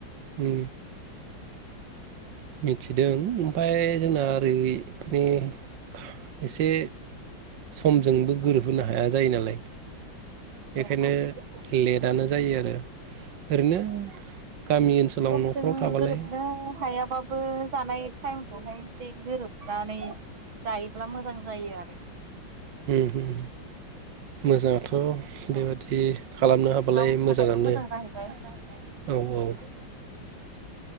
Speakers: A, on the right (about 65°); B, on the right (about 80°).
A: उम मिथिदों ओमफाय जोंना ओरै <unintelligible> एसे समजोंबो गोरोबहोनो हाया जायो नालाय बेखायनो
B: औ औ
A: लेटआनो जायो आरो ओरैनो गामि ओनसोलाव
B: समजों
A: न'फ्राव थाबालाय
B: गोरोबनो हायाबा बो जानाय टाइमखौहाय एसे गोरोबनानै जायोब्ला मोजां जायो आरो
A: ओम मोजांथ अ बेबादि
B: औ
A: खालामनो हाबालाय
B: गावनि
A: मोजाङानो
B: थाखायबो मोजां जाहैबाय
A: <inaudible> औ औ